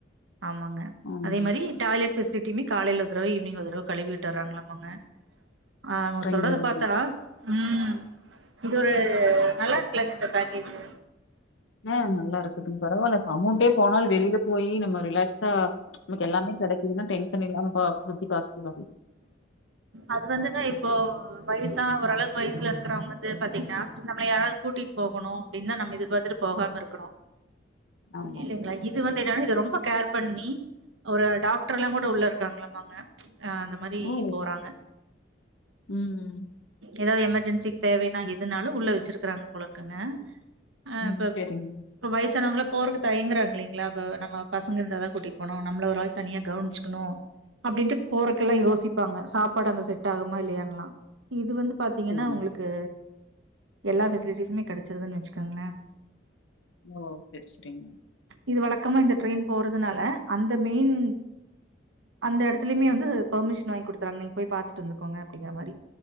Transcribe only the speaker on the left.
ம்.
ட்ரெயின்ல
வந்து.
ஆ நல்லாருக்குதுங் பரவால்ல அமௌண்ட்டே போனால் வெளில போயி நம்ம ரிலாக்ஸா ச் நமக்கு எல்லாமே கிடைக்குதுனா டென்ஷன் இல்லாம சுத்தி பாத்துட்டு வர்லா
ஆமாங்க.
ஓ!
ம்.
ம்.
சரிங்க,
சரிங்க.
ஓ சேரி சேரிங்